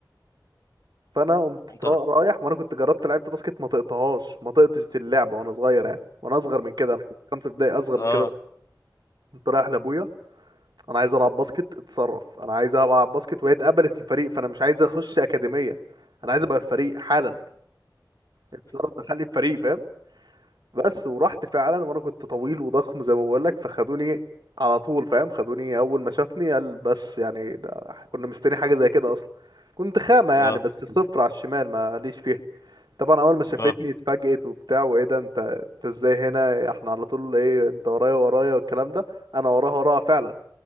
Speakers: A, on the right; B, on the left.
A: فانا قمت
B: انت
A: طا- رايح
B: اه
A: وانا كنت جربت لعبت باسكت ما طقتهاش ما طقتش اللعبه وانا صغير يعني وانا اصغر من كده انا كنت خمسة ابتدائي اصغر
B: اه
A: من كده بقى. كنت رايح لابويا انا عايز العب باسكت اتصرف انا عايز العب باسكت وهي اتقبلت الفريق فانا مش عايز اخش اكاديميه انا عايز ابقى الفريق حالا اتصرف دخلني الفريق فاهم بس ورحت فعلا وانا كنت طويل وضخم زي ما بقول لك فخدوني على طول فاهم خدوني اول ما شافني قال بس يعني ده كنا مستني حاجه زي كده اصلا كنت خامه يعني
B: اه
A: بس
B: <laughs>
A: صفر على الشمال ما ليش فيها طبعا اول ما شافتني
B: اه
A: اتفاجئت وبتاع وايه ده انت انت ازاي هنا احنا على طول ايه انت ورايا ورايا والكلام ده انا وراها وراها فعلا